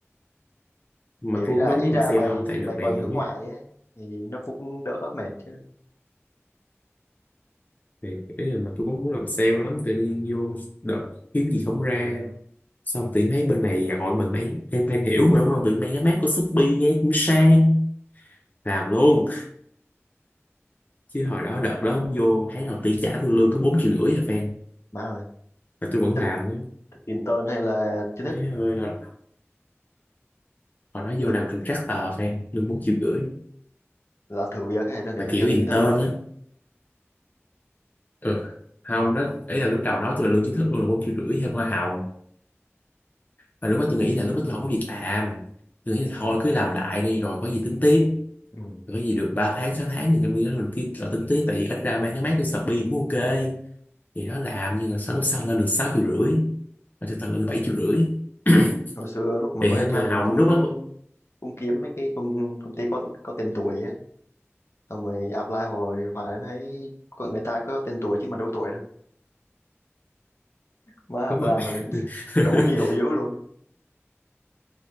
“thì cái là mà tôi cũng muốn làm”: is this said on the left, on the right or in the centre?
Left